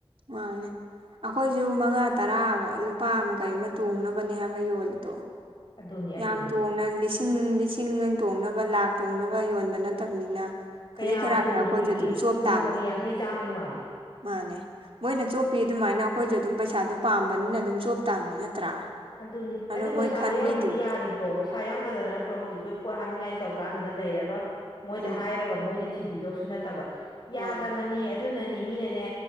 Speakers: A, on the right (about 65°); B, on the left (about 50°).
A: ꯃꯥꯅꯦ ꯑꯩꯈꯣꯏꯁꯨ ꯃꯉꯥ ꯇꯔꯥ ꯂꯨꯄꯥ ꯑꯃ ꯀꯩ ꯑꯃ ꯇꯣꯡꯅꯕꯅꯦ ꯍꯥꯏꯕ ꯌꯣꯜꯂꯤꯗꯣ
B: ꯑꯗꯨꯅꯤ ꯑꯗꯨꯅꯤ
A: ꯌꯥꯝ ꯇꯣꯡꯅ ꯂꯤꯁꯤꯡ ꯂꯤꯁꯤꯡ ꯍꯥꯏꯟ ꯇꯣꯡꯅꯕ ꯂꯥꯛ ꯇꯣꯡꯅꯕ ꯌꯣꯟꯕ ꯅꯠꯇꯕꯅꯤꯅ ꯈꯖꯤꯛ
B: ꯀꯌꯥꯕꯨ
A: ꯈꯔꯥꯛꯇ
B: ꯇꯣꯡꯗꯣꯔꯤꯒꯦ
A: ꯑꯩꯈꯣꯏꯁꯨ ꯑꯗꯨꯝ ꯆꯣꯞ
B: ꯅꯣꯡꯃꯒꯤ
A: ꯇꯥꯕꯅꯤ
B: ꯌꯥꯡꯈꯩ ꯆꯥꯝꯃꯩ ꯋꯥꯅꯦ
A: ꯃꯥꯅꯦ ꯃꯣꯏꯅ ꯆꯣꯞꯄꯤ ꯑꯗꯨꯃꯥꯏꯅ ꯑꯩꯈꯣꯏꯁꯨ ꯑꯗꯨꯝ ꯄꯩꯁꯥꯗꯣ ꯄꯥꯝꯕꯅꯤꯅ ꯑꯗꯨꯝ ꯆꯣꯞ ꯇꯥꯕꯅꯤ ꯅꯠꯇ꯭ꯔꯥ
B: ꯑꯗꯨꯅꯤ ꯑꯗꯨ
A: ꯑꯗꯣ
B: ꯄꯩꯁꯥꯗꯣ
A: ꯃꯣꯏ ꯈꯟꯕꯤꯗꯦꯕ
B: ꯌꯥꯎꯗ꯭ꯔꯗꯤ ꯌꯥꯔꯤ ꯕ꯭ꯔꯣ ꯄꯩꯁꯥ ꯌꯥꯎꯗꯗꯅ ꯅꯠꯇ꯭ꯔꯣ ꯍꯧꯖꯤꯛꯈꯣꯏ ꯄꯣꯠ ꯍꯥꯞꯅꯤꯡꯉꯥꯏ ꯇꯧ ꯀꯥꯟꯗꯅ ꯂꯩꯔꯔꯣꯏ ꯃꯣꯏꯗ
A: ꯎꯝ
B: ꯍꯥꯏꯔꯒ ꯃꯣꯏꯅ ꯊꯤ__ ꯊꯕꯤꯗꯧꯁꯨ ꯅꯠꯇꯕ ꯌꯥꯗꯕꯅꯦ
A: ꯃꯥꯅꯦ
B: ꯑꯗꯨꯅꯅꯦ ꯃꯤꯅꯅꯦ